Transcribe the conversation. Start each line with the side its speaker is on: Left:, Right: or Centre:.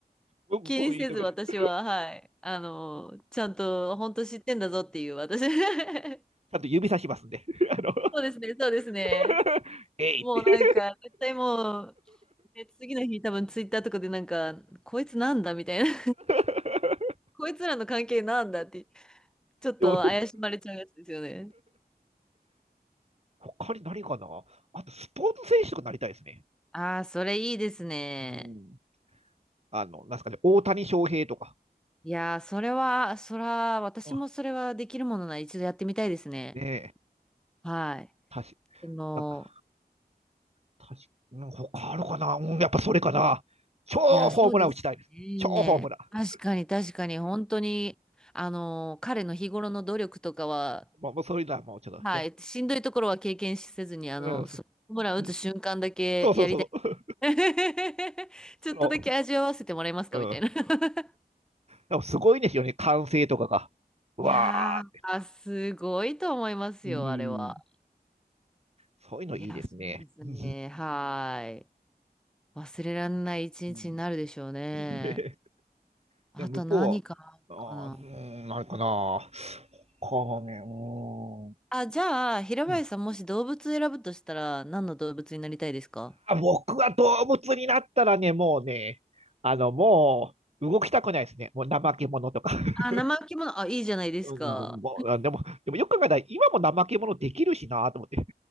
Right: うんうん言っとくけど
Centre: 気にせず私は、はい。あの、ちゃんと本当知ってんだぞっていう私。<laughs>
Right: ちゃんと指さしますんで。<laughs> あの
Centre: そうですね、そうですね。
Right: <laughs>、えいって。
Centre: もうなんか、絶対もう、で次の日多分ツイッターとかでなんか、こいつなんだみたいな
Right: <laughs>
Centre: <laughs> こいつらの関係なんだって、ちょっと怪しまれちゃうやつですよね。
Right: でも、他に何かなあと、スポーツ選手とかなりたいですね。
Centre: ああ、それいいですね。
Right: うんあの、なんすかね、大谷翔平とか
Centre: いやー、それは、そら、私もそれはできるものなら一度やってみたいですね。
Right: あ。ねえ、
Centre: はい。
Right: 確か
Centre: あの、
Right: なんか確かに他あるかな、うん、やっぱそれかな。超ホームラン打ちたいですね。
Centre: いや、そうですね。
Right: 超ホームラン。
Centre: 確かに、確かに、本当に、あの、彼の日頃の努力とかは、
Right: まあ、もうそれだ、もうちょっとね。
Centre: はい、しんどいところは経験せずに、あの、
Right: うん、
Centre: そホームラン打つ瞬間だけやりたい。
Right: そうそうそうそ
Centre: <laughs> ちょっとだけ味わわせてもらえますかみたいな
Right: のうん、
Centre: <laughs>
Right: でもすごいですよね、歓声とかが。うわあ、
Centre: いやー、<laughs> すごいと思いますよ、
Right: うん、
Centre: あれは。
Right: そういうのいいですね。
Centre: いや、そうですね。
Right: <laughs> う
Centre: はい。忘れられない一日になるでしょうね。
Right: んい
Centre: あと何かあるかな。
Right: や向こうは、あーうん、なんかな。かね、う
Centre: あ、じゃあ、平林さん、
Right: ん。
Centre: もし動物選ぶとしたら、何の動物になりたいですか
Right: あ、僕は動物になったらね、もうね、あの、もう動きたくないですね。もう怠け者とか。<laughs>
Centre: あ、生生き物、あ、いいじゃないですか。
Right: うんもうあでも、でもよく考えたら、今も怠け者できるしなと思って、<laughs>